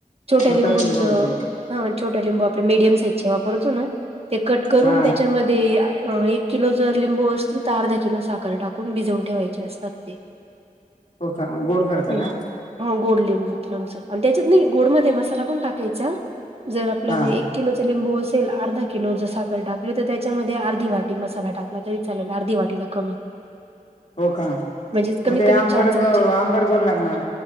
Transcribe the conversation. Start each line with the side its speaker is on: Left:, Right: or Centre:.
Right: छोट्या
Left: छोटा
Right: लिंबूंचं
Left: लिंबूच
Right: हा, छोट्या लिंबू आपले मीडियम साईज वापरतो ना. ते कट करून
Left: हा
Right: त्याच्यामध्ये आ ए. किलो जर लिंबू असतील तर अर्धा किलो साखर टाकून भिजवून ठेवायचे असतात ते.
Left: हो का, गोड करता
Right: हं.
Left: का?
Right: हो गोड लिंबूच लोणच आणि त्याच्यात नाही गोड मध्ये मसाला पण टाकायचा. जर आपल्याला
Left: हा
Right: एक किलोच लिंबू असेल अर्धा किलो जर साखर टाकली तर त्याच्यामध्ये अर्धी वाटी. मसाला टाकला तरी चालेल अर्धी वाटीला कमी.
Left: हो का,
Right: म्हणजे कमीत
Left: मग ते
Right: कमी
Left: आंबड
Right: चार चमचे
Left: ग आंबड गोड लागणार.